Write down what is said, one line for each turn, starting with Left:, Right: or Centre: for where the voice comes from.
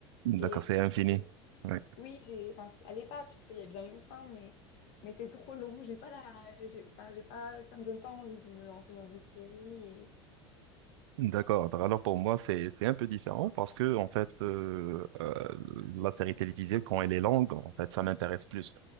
Right: d'accord,
Left: et je
Right: c'est
Left: pense
Right: infini. Ouais.
Left: Oui, j'ai, enfin, c- elle est pas, puisqu'il y a bien une fin, mais, mais c'est trop long. J'ai pas la, j'ai, enfin, j'ai pas, ça me donne pas envie de me lancer dans une série.
Right: D'accord. Alors pour moi, c'est c'est un peu différent parce que en fait, euh, euh, la série télévisée, quand elle est longue, en fait, ça m'intéresse plus